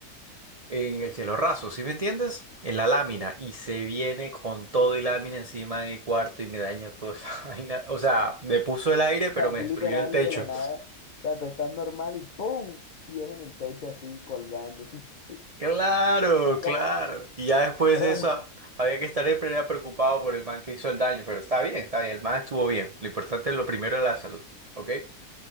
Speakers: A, on the right (about 60°); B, on the left (about 80°).
A: en el cielo raso, ¿sí me entiendes? En la lámina y se viene con todo y lámina encima de mi cuarto y me dañó toda esa <laughs> vaina. O sea, me puso el aire,
B: <laughs>
A: pero me
B: Tú
A: destruyó
B: literal
A: el techo.
B: de la nada, o sea, tú estás normal y ¡pum! Y es en el techo así colgando. <laughs>
A: Claro,
B: No,
A: claro.
B: no,
A: Y ya después
B: Pero,
A: de eso a- había que estar siempre era preocupado por el man que hizo el daño, pero está bien, está bien, el man estuvo bien. Lo importante es lo primero es la salud, ¿ok?